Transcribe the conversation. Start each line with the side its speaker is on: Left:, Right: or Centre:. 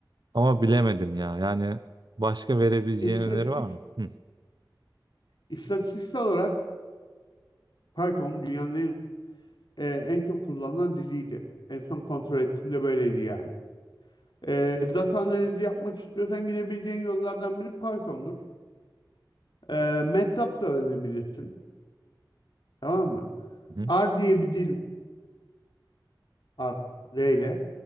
Right: Ama bilemedim ya. Yani başka verebileceğin
Left: İstatistik,
Right: öneri var mı? Hı
Left: istatistiksel olarak Python dünyanın en e, en çok kullanılan diliydi. En son kontrol ettiğimde böyleydi yani. E, data analizi yapmak istiyorsan gidebileceğin yollardan biri Python'dur. E, MATLAB da öğrenebilirsin. Tamam mı?
Right: hı.
Left: R diye bir dil var. R ile.